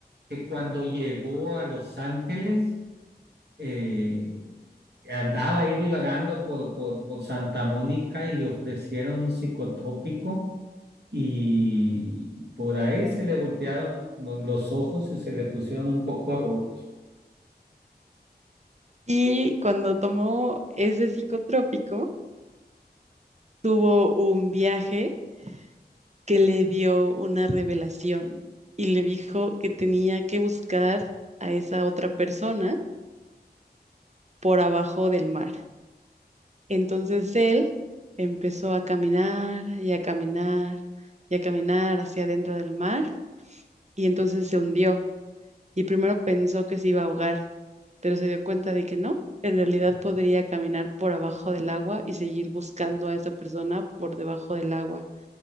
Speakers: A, on the right; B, on the right.
A: que cuando llegó a Los Ángeles, eh, andaba ahí divagando por, por, por Santa Mónica y le ofrecieron un psicotrópico y por ahí se le voltearon lo- los ojos y se le pusieron un poco rojos.
B: Y cuando tomó ese psicotrópico, tuvo un viaje que le dio una revelación y le dijo que tenía que buscar a esa otra persona por abajo del mar. Entonces él empezó a caminar y a caminar y a caminar hacia adentro del mar y entonces se hundió y primero pensó que se iba a ahogar, pero se dio cuenta de que no, en realidad podría caminar por abajo del agua y seguir buscando a esa persona por debajo del agua.